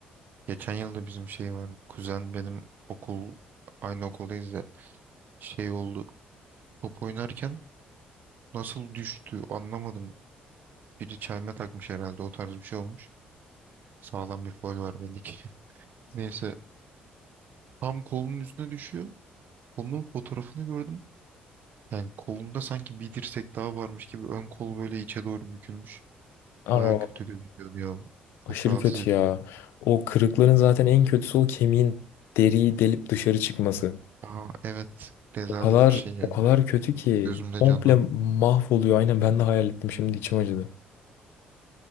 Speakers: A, on the right (about 55°); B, on the left (about 85°).
A: Geçen yılda bizim şey var Kuzen benim okul aynı okuldayız ya. Şey oldu. Top oynarken nasıl düştü anlamadım. Biri çelme takmış herhalde o tarz bir şey olmuş. Sağlam bir faul var belli ki. <laughs> Neyse tam kolunun üstüne düşüyor. Kolunun fotoğrafını gördüm. Yani kolunda sanki bir dirsek daha varmış gibi ön kol böyle içe doğru bükülmüş.
B: Aa,
A: Baya kötü gözüküyordu ya.
B: aşırı
A: Çok rahatsız
B: kötü
A: edici.
B: ya. O kırıkların zaten en kötüsü o kemiğin deriyi delip dışarı çıkması.
A: Aa evet. Rezalet
B: O kadar
A: bir şey yani.
B: o kadar kötü ki
A: Gözümde
B: komple
A: canlandı.
B: mahvoluyor. Aynen ben de hayal ettim şimdi içim acıdı.